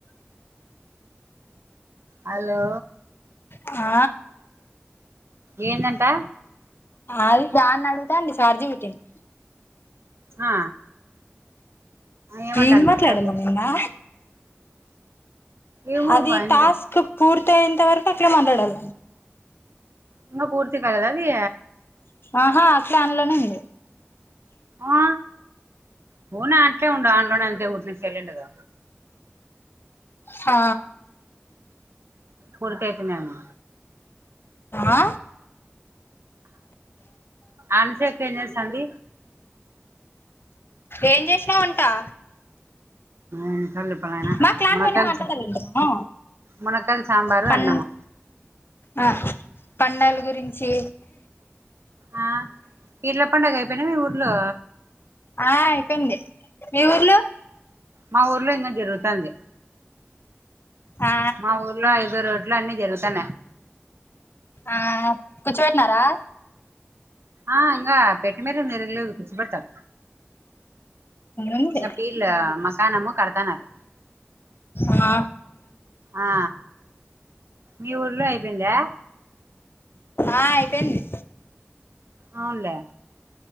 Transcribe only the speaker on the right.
హలో
ఏందంటా.
ఆ ఏమంటాంది
చార్జ
ఏమో
అబ్బా ఇంద
ఇంగ పూర్తి కాలేదా అది.
ఆ పోనా అట్లే ఉండ ఆన్లోనే ఉంచి వదిలేసి వెళ్ళిండుగా.
బురుకాయ తిన్నాను.
అన్సేప్ ఏం చేస్తాండి.
ఎన్నిసార్లు చెప్పాలి నాయనా.
మునకాల్
మునక్కాయల్, సాంబారు,
అన్నము.
ఆ పీర్ల పండుగ అయిపోయినయా మీ ఊర్లో.
మా ఊర్లో ఇంగా జరుగుతాంది.
మా ఊర్లో ఐదో రో లో అన్ని జరుగుతన్నయి.
ఆ ఇంగ పెట్టే మీద తిరగలేదు కూర్చోబెడతారు.
ఇట్ల పీర్ల మకానము కడతన్నారు.
ఆ మీ ఊర్లో అయిపోయిందా?
అవున్లే